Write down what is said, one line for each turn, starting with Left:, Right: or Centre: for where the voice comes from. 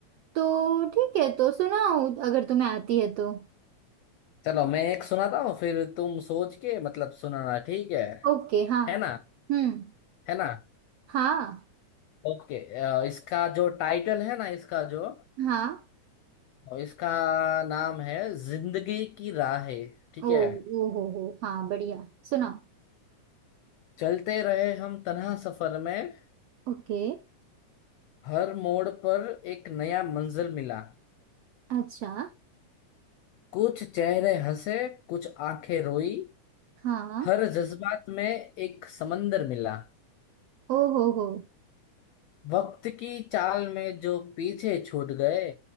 Right: तो ठीक है तो सुनाओ अगर तुम्हें आती है तो
Left: चलो मैं एक सुनाता हूँ फिर तुम सोच के मतलब सुनाना ठीक है
Right: ओके हाँ
Left: है ना
Right: हम्म
Left: है ना
Right: हाँ
Left: ओके अ, इसका जो टाइटल है ना इसका जो
Right: हाँ
Left: इसका नाम है जिंदगी की राहें ठीक
Right: ओ
Left: है
Right: ओ हो हो हाँ बढ़िया सुनाओ
Left: चलते रहे हम तन्हा सफर में
Right: ओके
Left: हर मोड़ पर एक नया मंजिल मिला
Right: अच्छा
Left: कुछ चेहरे हंसे कुछ आंखें रोई
Right: हाँ
Left: हर जज्बात में एक समंदर मिला
Right: ओ हो हो
Left: वक्त की चाल में जो पीछे छूट गए